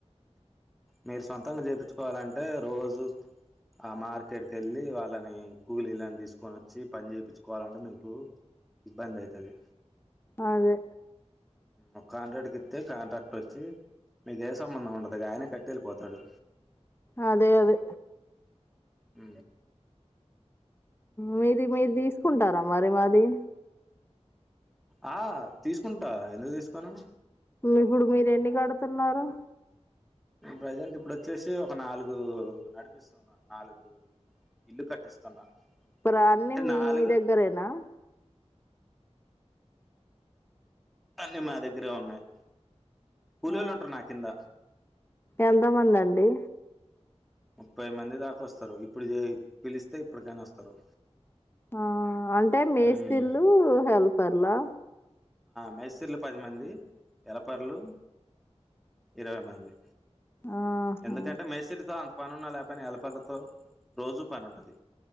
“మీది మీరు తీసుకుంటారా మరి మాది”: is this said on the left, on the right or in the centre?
Left